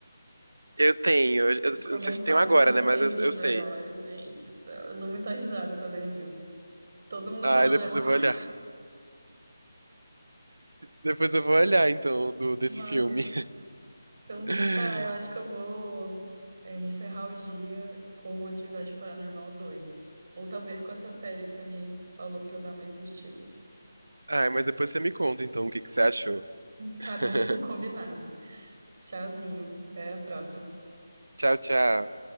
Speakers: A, on the right; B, on the right.
A: Eu tenho, eu eu
B: os comentários
A: não sei se tenho agora,
B: são
A: né?
B: <laughs> sempre
A: Mas eu,
B: os
A: eu
B: melhores,
A: sei.
B: gente. Eu dou muita risada com as reviews. Todo mundo
A: Ai,
B: falando
A: depois
B: a mesma
A: eu
B: coisa.
A: vou olhar. Depois eu vou olhar, então, do, desse
B: <laughs> Massa.
A: filme.
B: Então,
A: <laughs>
B: tá, eu acho que eu vou é, encerrar o dia com Atividade Paranormal dois, Ou talvez com essa série que você me falou pra eu dar uma assistida.
A: Ai, mas depois você me conta, então, o que que você achou. <laughs>
B: Tá bom, <laughs> combinado. Tchauzinho, até a próxima.
A: Tchau, tchau.